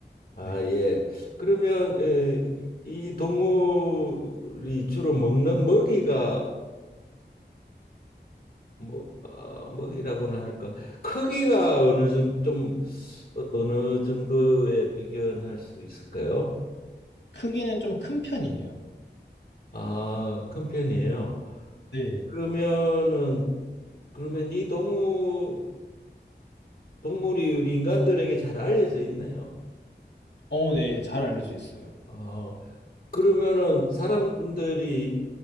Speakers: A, on the left; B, on the left.
A: 아,
B: 네.
A: 예. 그러면 에, 이 동물이 주로 먹는 먹이가 뭐 어, 먹이라고나 할까 크기가 어느 정도 좀 어- 어느 정도에 비견할 수 있을까요?
B: 크기는 좀 큰 편이에요.
A: 아, 큰 편이에요.
B: 네.
A: 그러면은 그러면 이 동물 동물이 우리 인간들에게 잘 알려져 있나요?
B: 어, 네, 잘 알려져 있어요.
A: 어, 그러면은 사람들이